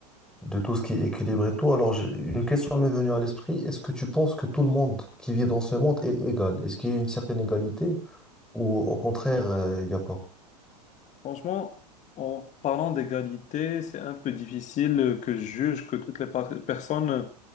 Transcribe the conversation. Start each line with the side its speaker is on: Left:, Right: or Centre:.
Centre: de tout ce qui est équilibre et tout. Alors, j'ai- une question m'est venue à l'esprit. Est-ce que tu penses que tout le monde qui vit dans ce monde est égal? Est-ce qu'il y a une certaine égalité? ou au contraire, euh, il n'y a pas.
Left: Franchement, en parlant d'égalité, c'est un peu difficile que je juge que toutes les par- personnes euh,